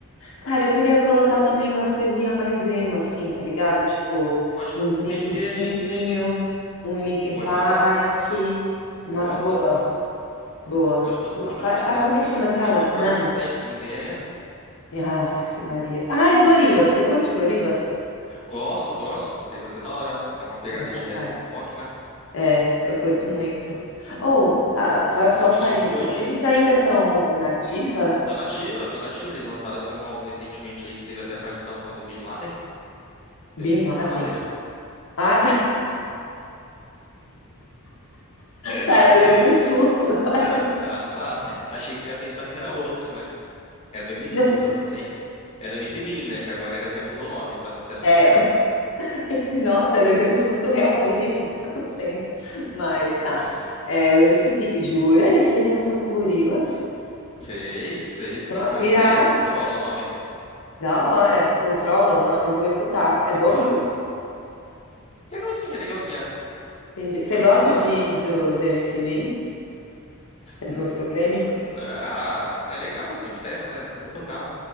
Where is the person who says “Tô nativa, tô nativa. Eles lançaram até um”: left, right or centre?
Left